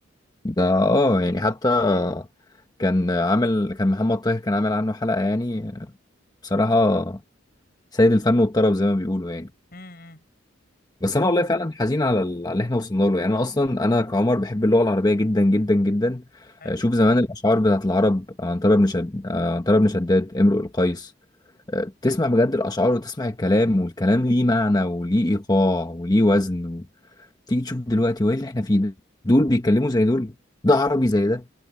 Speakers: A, on the left; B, on the left.
A: ده اه يعني حتى كان عامل كان محمد طاهر كان عامل عنه حلقة يعني بصراحة سيد الفن والطرب زي ما بيقولوا يعني
B: امم إمم.
A: بس انا والله فعلا حزين على ال- على اللي احنا وصلنا له يعني انا اصلا انا كعمر بحب اللغة العربية جدا جدا جدا
B: حلو
A: آه، شوف زمان الاشعار بتاعت العرب عنترة بن شد آه، عنترة بن شداد امرؤ القيس آه، تسمع بجد الاشعار وتسمع الكلام والكلام ليه معنى وليه ايقاع وليه وزن تيجي تشوف دلوقتي وايه اللي احنا فيه ده دول بيتكلموا زي دول ده عربي زي ده